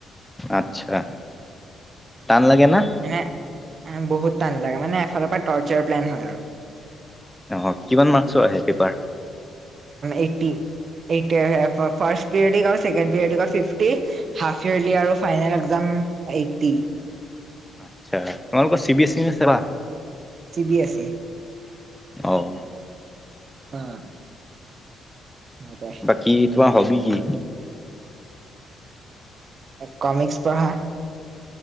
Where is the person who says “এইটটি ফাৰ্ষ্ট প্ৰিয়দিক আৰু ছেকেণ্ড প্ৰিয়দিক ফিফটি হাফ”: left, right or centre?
Right